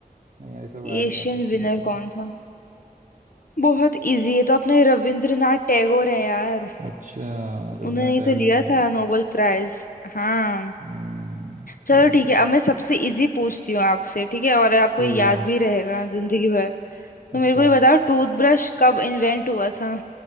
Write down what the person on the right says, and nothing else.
नहीं यार इसका कोई आइडिया
नहीं तो
बता दे
अच्छा रविन्द्रनाथ
टैगोर
को मिला
था
हम्म सही
बात
है।
ठीक
है
अच्छा